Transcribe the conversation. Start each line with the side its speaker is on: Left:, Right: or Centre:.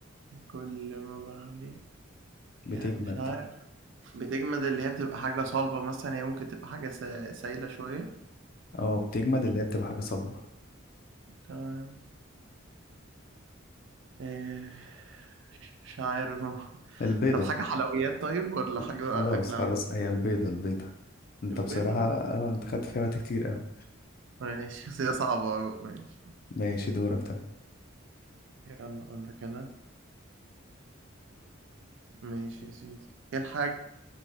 Right: كل ما بغليها
Left: بتجمد
Right: يعني مش عارف بتجمد اللي هي بتبقى حاجة صلبة مثلا هي ممكن تبقى حاجة سا- سايلة شوية
Left: اه بتجمد اللي هي بتبقى حاجة صلبة
Right: تمام إيه مش مش عارف <laughs>
Left: البيضة
Right: طب حاجة حلويات طيب ولا حاجة
Left: خلاص
Right: أكل
Left: خلاص
Right: عادي
Left: هي البيضة البيضة انت
Right: البيضة
Left: بصراحة اه انت خدت فيها وقت كتير أوي
Right: ماشي بس هي صعبة أوي ماشي
Left: ماشي دورك طيب
Right: يلا أقول لك أنا ماشي يا سيدي ايه الحاجة